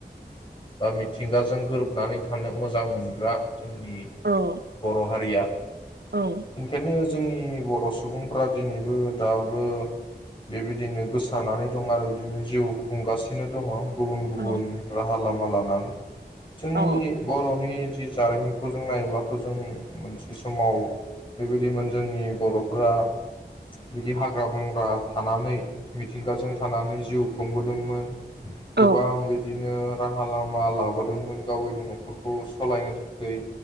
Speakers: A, on the left; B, on the right.
A: बा मिथिंगाजों गोरोबनानै थानो मोजां मोनग्रा जोंनि
B: औ
A: बर हारिया
B: औ
A: इंखायनो जोंनि बर सुबुंफ्रा दिनैबो दाबो बेबिदिदिनो गोसारनानै दं आरो बिदिनो जिउ खुंगासिनो दङ। गुबुन गुबुन
B: औ
A: राहा लाम <unintelligible> लानानै जोंनि
B: औ
A: बरनि जि जारिमिनखौ जों नायोब्लाथ जों मोनसे समाव बेबायदिमोन जोंनि बरफोरा बिदि हाग्रा बंग्रा थानानै मिथिंगाजों थानानै जिउ खुंबोदोंमोन गोबां
B: औ
A: बिदि बिनो राहा लामा लाबोदोंमोन गावनि नखरखौ सालायनो थाखैय